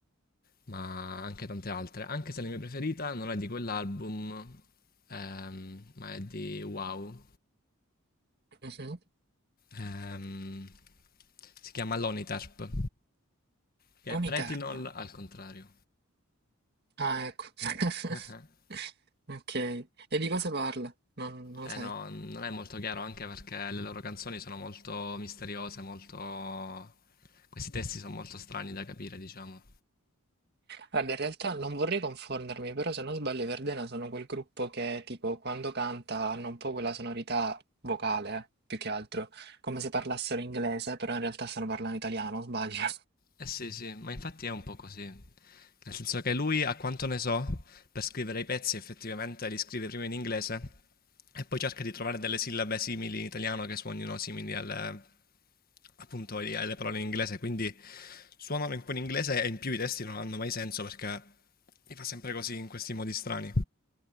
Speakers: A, on the left (about 45°); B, on the right (about 50°).
A: ma anche tante altre. Anche se la mia preferita non è di quell'album, ehm, ma è di wow.
B: Mhm.
A: Ehm, si chiama Lonitarp, che è Pretinol
B: Unitarp.
A: al contrario.
B: Ah, ecco. <laughs>
A: <laughs>
B: Ok, e di cosa parla? Non, non lo
A: eh
B: sai.
A: no, non è molto chiaro anche perché le loro canzoni sono molto misteriose, molto... questi testi sono molto strani da capire, diciamo.
B: Guarda, in realtà non vorrei confondermi, però se non sbaglio i Verdena sono quel gruppo che tipo quando canta hanno un po' quella sonorità vocale, eh, più che altro, come se parlassero inglese, però in realtà stanno parlando italiano, sbaglio.
A: Eh sì, sì, ma infatti è un po' così. Nel senso che lui, a quanto ne so, per scrivere i pezzi effettivamente li scrive prima in inglese e poi cerca di trovare delle sillabe simili in italiano che suonino simili alle, appunto, alle parole in inglese, quindi suonano un po' in inglese e in più i testi non hanno mai senso perché li fa sempre così in questi modi strani.